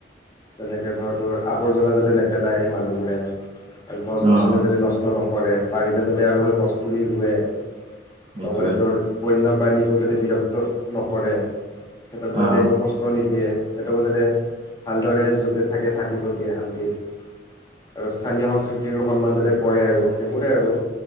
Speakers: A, on the left; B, on the right.
A: যেনেকে ধৰতৰ আৱৰ্জনা যাতে নেপেলায়। মানুহবোৰে আৰু গছ গছনি
B: অঁ,
A: যাতে নষ্ট নকৰে পাৰিলে যাতে আৰু স গছ পুলি ৰুৱে
B: সেইটোৱে।
A: লগতে তোৰ বন্যপ্ৰাণীকো যাতে বিৰক্ত নকৰে। সিহঁতক যাতে
B: অঁ,
A: একো কষ্ট নিদিয়ে। সিহঁতকো যাতে ভদৰে য'তে থাকে থাকিব দিয়ে শান্তিত আৰু স্থানীয় সংস্কৃতিৰো সন্মান যাতে কৰে আৰু সেইবোৰে আৰু